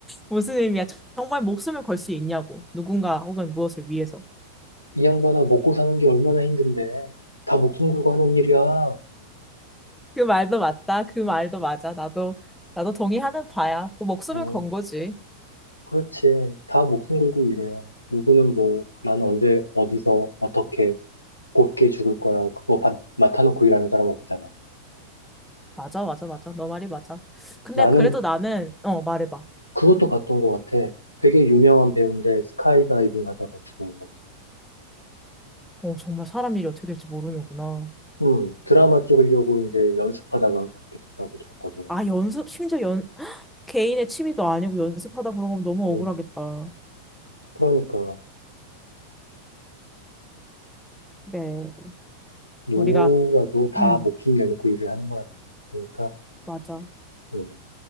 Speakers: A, in the centre; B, on the left.
A: 무슨 의미야? 정말 목숨을 걸 수 있냐고. 누군가 혹은 무엇을 위해서.
B: 이 양반아, 먹고 사는 게 얼마나 힘든데. 다 목숨 걸고 하는 일이야.
A: 그 말도 맞다. 그 말도 맞아. 나도 나도 동의하는 바야. 그 목숨을
B: 어,
A: 건 거지.
B: 그렇지. 다 목숨 걸고 일해. 누구는 뭐, 난 언제, 어디서, 어떻게, 곱게 죽을 거야. 그거 받- 맡아놓고 일하는 사람 없잖아.
A: 맞아, 맞아, 맞아. 너 말이 맞아. 근데
B: 나는
A: 그래도 나는 어 말해봐.
B: 그것도 봤던 것 같아. 되게 유명한 배우인데, 스카이다이빙 하다가 죽은 거.
A: 어, 정말 사람 일이 어떻게 될지 모르는구나.
B: 음, 드라마 찍으려고 이제 연습하다가 그렇게 됐다고 들었거든.
A: 아, 연습, 심지어 연, <gasps> 개인의 취미도 아니고 연습하다 그런 거면 너무
B: 음,
A: 억울하겠다.
B: 그러니까.
A: 그래.
B: 누구라도
A: 우리가,
B: 다
A: 음,
B: 목숨 내놓고 일을 하는 거야. 그러니까,
A: 맞아.
B: 음,